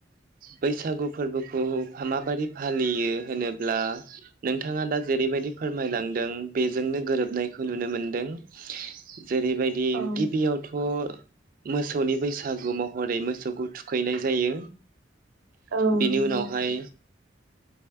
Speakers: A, on the right; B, on the right.
A: बैसागु फोरबोखौ फामा माबादि फालियो होनोब्ला नोंथाङा दा जेरैबायदि फोरमायलांदों बेजोंनो गोरोबनायखौ नुनो मोनदों जेरैबायदि
B: औ
A: गिबियावथ' मोसौनि बैसागु महरै मोसौखौ थुखैनाय जायो
B: औ
A: बेनि
B: नंगौ
A: उनावहाय